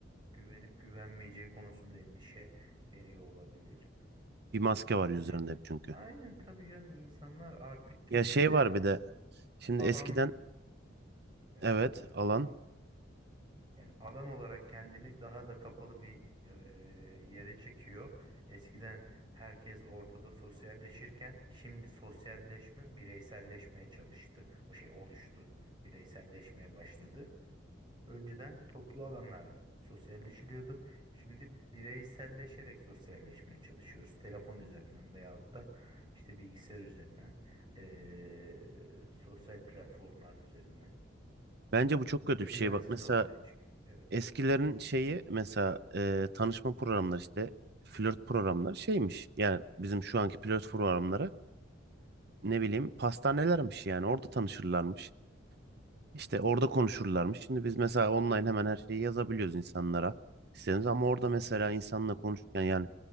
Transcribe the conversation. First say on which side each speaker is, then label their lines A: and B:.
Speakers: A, on the right; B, on the right.
A: güvenip güvenmeyeceği konusunda endişe veriyor olabilir.
B: Bir
A: Ee,
B: maske var
A: o
B: yüzlerinde
A: yüzden.
B: hep çünkü.
A: Aynen tabii canım insanlar artık gitgide
B: Ya şey var bir de. Şimdi
A: alan
B: eskiden
A: evet
B: evet
A: buyur
B: alan.
A: kanka. Yani alan olarak kendini daha da kapalı bir e, yere çekiyor. Eskiden herkes ortada sosyalleşirken şimdi sosyalleşme bireyselleşmeye çalıştı. O şey oluştu. Bireyselleşmeye başladı. Önceden toplu alanlarda sosyalleşiliyordu. Şimdi bireyselleşerek sosyalleşmeye çalışıyoruz. Telefon üzerinden veyahut da işte bilgisayar üzerinden, eee, sosyal platformlar üzerinden.
B: Bence bu çok
A: Bu
B: kötü
A: da güvensizliği
B: bir şey. Bak mesela
A: ortaya çıkıyor. Evet.
B: eskilerin şeyi mesela e, tanışma programları işte flört programları şeymiş. Yani bizim şu anki flört programları ne bileyim pastanelermiş yani orada tanışırlarmış. İşte orada konuşurlarmış. Şimdi biz mesela online hemen her şeyi yazabiliyoruz insanlara. İstediğimiz ama orada mesela insanla konuşurken yani